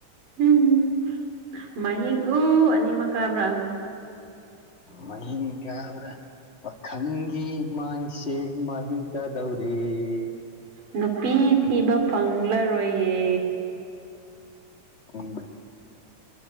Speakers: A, on the right; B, on the left.
A: ꯎꯝꯝ ꯃꯍꯤꯡ ꯎ ꯑꯅꯤꯃꯛ ꯀꯥꯕ꯭ꯔꯥ
B: ꯃꯅꯤ ꯀꯌꯥ ꯍꯧꯔꯥ ꯄꯈꯪꯒꯤꯤ ꯃꯁꯦ ꯃꯥꯍꯤ ꯀꯗꯧꯔꯤꯦ
A: ꯅꯨꯄꯤ ꯊꯤꯕ ꯐꯪꯂꯔꯣꯏꯌꯦ
B: ꯎꯝ